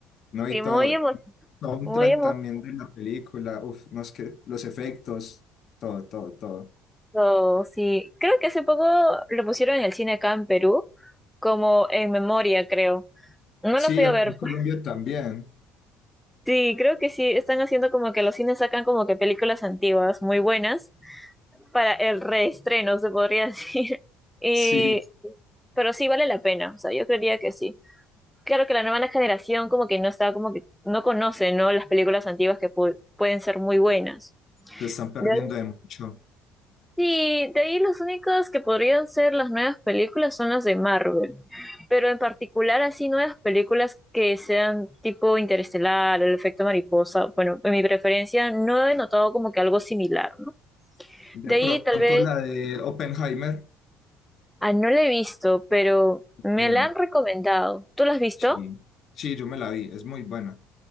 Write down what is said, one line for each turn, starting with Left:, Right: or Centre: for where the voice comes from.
Left: No,
Centre: sí,
Left: y todo.
Centre: muy emo
Left: Todo un
Centre: muy
Left: track también de la película. Uf, no es que los efectos, todo, todo, todo.
Centre: emocionado. Sí, creo que hace poco lo pusieron en el cine acá en Perú, como en memoria, creo. No
Left: Sí,
Centre: lo fui a
Left: acá
Centre: ver.
Left: en Colombia
Centre: <laughs>
Left: también.
Centre: Sí, creo que sí, están haciendo como que los cines sacan como que películas antiguas muy buenas para el reestreno, se podría <laughs> decir. Y,
Left: Sí,
Centre: pero sí vale la pena, o sea, yo creería que sí. claro que la nueva generación como que no está, como que no conoce, ¿no? Las películas antiguas que pu- pueden ser muy buenas.
Left: se están perdiendo
Centre: De ahí,
Left: de mucho.
Centre: sí, de ahí los únicos que podrían ser las nuevas películas son las de Marvel, pero en particular así nuevas películas que sean tipo Interestelar, El efecto mariposa, bueno, en mi preferencia no he notado como que algo similar, ¿no?
Left: De
Centre: De
Left: pronto
Centre: ahí tal vez,
Left: la de Oppenheimer.
Centre: ah, no la he visto, pero me
Left: Bueno,
Centre: la han recomendado. ¿Tú la has visto?
Left: sí. Sí, yo me la vi. Es muy buena.